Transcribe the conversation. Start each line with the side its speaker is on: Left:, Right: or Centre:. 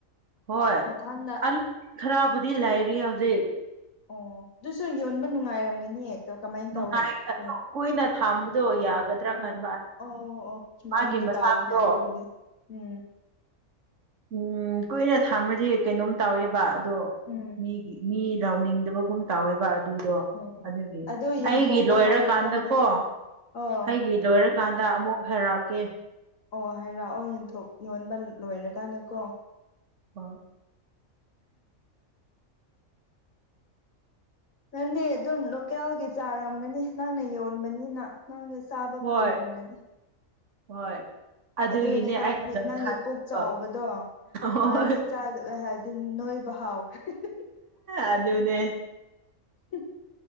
Right: ꯍꯣꯏ
Left: ꯃꯊꯪꯗ
Right: ꯈꯔꯕꯨꯗꯤ ꯂꯩꯔꯤ ꯍꯧꯖꯤꯛ
Left: ꯑꯣ ꯑꯗꯨꯁꯨ ꯌꯣꯟꯕ ꯅꯨꯡꯉꯥꯏꯔꯝꯒꯅꯤꯑꯦ ꯀꯃꯥꯏꯅ
Right: ꯅꯨꯡꯉꯥꯏ
Left: ꯇꯧꯋꯦ ꯑꯣ
Right: ꯀꯨꯏꯅ ꯊꯝꯕꯗꯣ ꯌꯥꯒꯗ꯭ꯔꯥ
Left: ꯑꯣ
Right: ꯈꯟꯕ
Left: ꯑꯣ ꯑꯣ ꯁꯨꯃꯥꯏ
Right: ꯃꯥꯒꯤ ꯃꯁꯥꯗꯣ
Left: ꯇꯥꯎꯕꯅꯦ ꯑꯂꯨꯕꯗꯤ ꯎꯝ
Right: <inaudible> ꯎꯝ ꯀꯨꯏꯅ ꯊꯝꯕꯗꯤ ꯀꯩꯅꯣꯝ ꯇꯧꯋꯦꯕ ꯑꯗꯣ
Left: ꯎꯝ
Right: ꯃꯤꯒꯤ ꯃꯤ ꯂꯥꯎꯅꯤꯡꯗꯕ ꯒꯨꯝ ꯇꯧꯋꯦꯕ ꯑꯗꯨꯗꯣ
Left: ꯎꯝ
Right: ꯑꯗꯨꯒꯤ
Left: ꯑꯗꯨ ꯌꯦꯟꯊꯣꯛꯄ
Right: ꯑꯩꯒꯤ ꯂꯣꯏꯔꯀꯥꯟꯗꯀꯣ
Left: ꯂꯣꯏꯔꯀꯥꯟꯗ ꯑꯣ
Right: ꯑꯩꯒꯤ ꯂꯣꯏꯔꯀꯥꯟꯗ ꯑꯃꯨꯛ ꯍꯥꯏꯔꯛꯀꯦ
Left: ꯑꯣ ꯍꯥꯏꯔꯛꯑꯣ ꯌꯦꯟꯊꯣꯛ ꯌꯣꯟꯕ ꯂꯣꯏꯔꯀꯥꯟꯗꯀꯣ
Right: ꯍꯣꯏ
Left: ꯅꯪꯗꯤ ꯑꯗꯨꯝ ꯂꯣꯀꯦꯜꯒꯤ ꯆꯥꯔꯝꯒꯅꯤ ꯅꯪꯅ ꯌꯣꯟꯕꯅꯤꯅ ꯅꯪꯗ ꯆꯥꯕ
Right: ꯍꯣꯏ
Left: ꯐꯪꯉꯝꯒꯅꯤ
Right: ꯍꯣꯏ ꯑꯗꯨꯒꯤꯅꯦ
Left: ꯑꯗꯨꯒꯤꯅꯤ ꯅꯪ
Right: ꯑꯩꯅ ꯂꯣꯏꯈꯥꯏꯕꯗꯣ
Left: ꯅꯪꯒꯤ ꯄꯨꯛ ꯆꯥꯎꯕꯗꯣ
Right: ꯍꯣꯏ
Left: ꯍꯥꯔꯒꯤ ꯆꯥꯗ ꯅꯣꯏꯕ ꯍꯥꯎꯈꯔꯦ
Right: ꯑꯗꯨꯅꯦ
Left: ꯍꯦ <unintelligible>